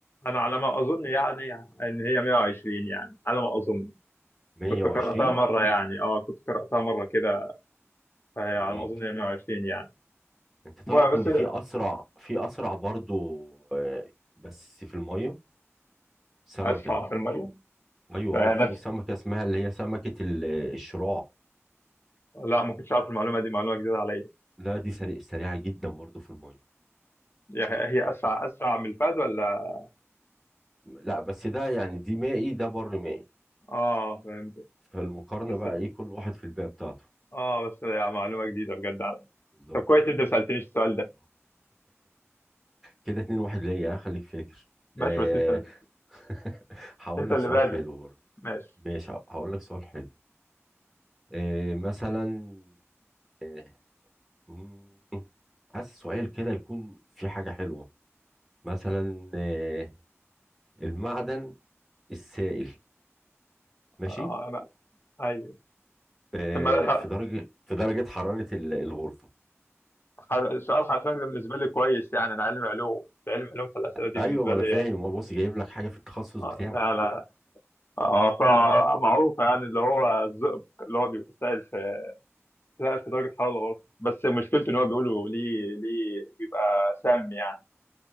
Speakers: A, on the left (about 50°); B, in the centre.
A: أنا على ما أظن يعني إن هي 120 يعني على ما أظن
B: 120
A: كنت قرأتها مرة يعني آه كنت قرأتها مرة كده فهي
B: مم.
A: على ما أظن هي 120 يعني
B: انت تعرف
A: المهم بس
B: ان في اسرع في اسرع برضو آه، بس في المية سمكة
A: أسرع في المية
B: ايوه
A: فنفس
B: اه في سمكة اسمها اللي هي سمكة ال- الشراع
A: لا ما كنتش أعرف المعلومة دي معلومة جديدة عليا
B: لا دي سريع سريعة جدا برضو في المية
A: هي هي أسرع أسرع من الفهد ولا
B: لا بس ده يعني دي مائي ده بر مائي
A: آه فهمت
B: فالمقارنة
A: بس
B: بقى ايه كل واحد في البيئة بتاعته
A: آه بس يعني معلومة جديدة بجد
B: بالظبط
A: طب كويس انت ما سالتنيش السؤال ده
B: آه. كده اتنين واحد ليا خليك فاكر
A: ماشي
B: أه
A: بس انت اللي...
B: <laughs> هقول
A: انت
B: لك
A: اللي
B: سؤال
A: بادئ
B: حلو برضه
A: ماشي
B: ماشي هقول لك سؤال حلو أه مثلا أه مم، عايز سؤال كده يكون في حاجة حلوة مثلا أه المعدن السائل ماشي
A: آه لا ايوه
B: أه
A: طب ما ده ح-
B: في درجة في درجة حرارة ال- الغرفة
A: ح- سؤال حرفيا ده بالنسبه لي كويس يعني انا علم علوم في علم علوم فالاسئله دي
B: ايوه
A: بالنسبه
B: ما انا
A: لي
B: فاهم
A: يعني
B: هو بص جايب لك حاجة في التخصص
A: اه
B: بتاعك
A: لا لا اه فمعروفه يعني اللي هو الزئبق اللي هو بيبقى سائل في سائل في درجه حراره الغرفه بس مشكلته ان هو بيقولوا ليه ليه بيبقى سام يعني